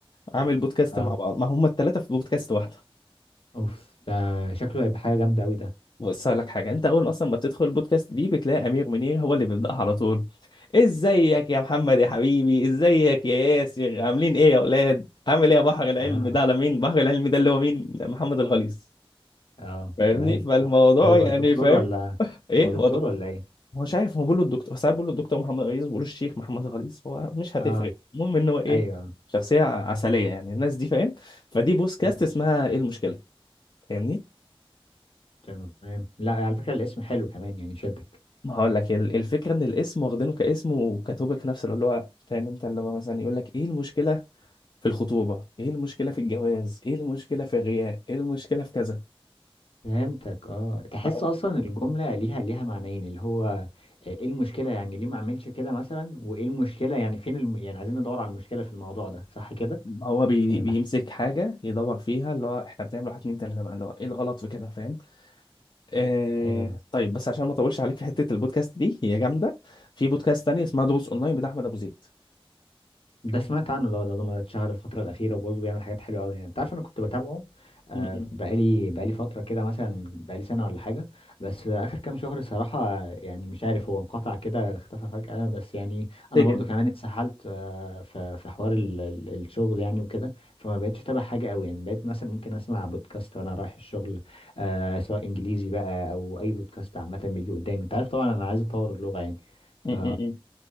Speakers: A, on the left; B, on the left.
A: عامل بودكاست
B: اه
A: مع بعض ما هم التلاتة في بودكاست واحدة
B: اوف ده شكله هيبقى حاجة جامدة أوي ده
A: بص هقول لك حاجه انت اول ما اصلا ما بتدخل البودكاست دي بتلاقي امير منير هو اللي بيبداها على طول ازيك يا محمد يا حبيبي ازيك يا ياسر عاملين ايه يا اولاد عامل ايه يا بحر العلم
B: اه
A: ده على مين بحر العلم ده اللي هو مين محمد الغليظ
B: اه
A: فاهمني
B: تمام
A: فالموضوع
B: هو هو
A: يعني
B: دكتور
A: فاهم
B: ولا
A: ايه
B: هو دكتور
A: هو ده
B: ولا ايه
A: هو مش عارف هو بيقول له الدكتور ساعات بيقول له الدكتور محمد الغليظ بيقول له الشيخ محمد الغليظ هو مش هتفرق
B: اه
A: المهم ان هو ايه
B: ايوه
A: شخصيه عسليه يعني الناس دي فاهم فدي بودكاست
B: مم.
A: اسمها ايه المشكله فاهمني
B: تمام لا على فكرة الاسم حلو كمان يعني شدك
A: هقول لك ال- الفكره ان الاسم واخدينه كاسم وكتوبك في نفس الوقت، اللي هو فاهم انت اللي هو مثلا يقول لك ايه المشكله في الخطوبه ايه المشكله في الجواز ايه المشكله في الغياء ايه المشكله في كذا
B: فهمتك اه تحس
A: هو
B: اصلا الجملة ليها ليها معنيين اللي هو آه، ايه المشكلة يعني ليه ما اعملش كده مثلا وايه المشكلة يعني فين الم... يعني عايزين ندور على المشكلة في الموضوع ده صح كده
A: هو بي
B: يعني
A: بيمسك
B: بح...
A: حاجه يدور فيها اللي هو احنا بنعمل واحد اتنين تلاته بقى اللي هو ايه الغلط في كده فاهم آه
B: ايوه
A: طيب بس عشان ما اطولش عليك في حته البودكاست دي هي جامده في بودكاست تاني اسمها دروس اونلاين بتاع احمد ابو زيد
B: ده سمعت عنه ده ده ده اتشهر الفترة الأخيرة وبرضه بيعمل حاجات حلوة أوي يعني أنت عارف أنا كنت بتابعه آه،
A: م- م.
B: بقالي بقالي فترة كده مثلا بقالي سنة ولا حاجة بس آخر كام شهر الصراحة يعني مش عارف هو انقطع كده اختفى فجأة بس يعني أنا
A: سجن
B: برضه كمان اتسحلت آه، في في حوار ال- ال- الشغل يعني وكده فما بقتش أتابع حاجة أوي يعني بقيت مثلا ممكن أسمع بودكاست وأنا رايح الشغل آه، سواء إنجليزي بقى أو أي بودكاست عامة بيجي قدامي أنت عارف طبعا أنا عايز أطور اللغة يعني ف
A: م- م-